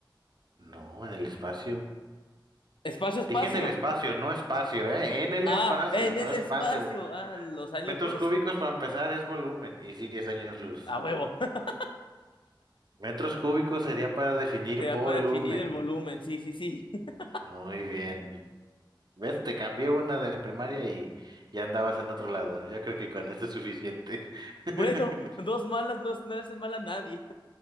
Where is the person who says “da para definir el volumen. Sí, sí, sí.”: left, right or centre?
Left